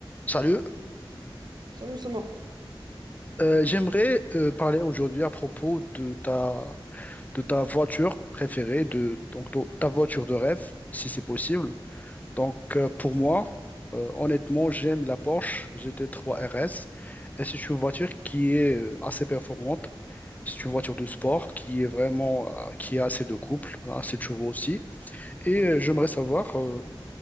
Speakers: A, on the left; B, on the right.
A: Salut,
B: Salut Sérieusement.
A: Euh, j'aimerais euh, parler aujourd'hui à propos de ta, de ta voiture préférée, de, donc de- ta voiture de rêve, si c'est possible. Donc euh, pour moi, euh, honnêtement, j'aime la Porsche GT3 RS et c'est une voiture qui est euh, assez performante. C'est une voiture de sport qui est vraiment, euh, qui a assez de couple, assez de chevaux aussi. Et
B: Oui.
A: euh, j'aimerais savoir, euh,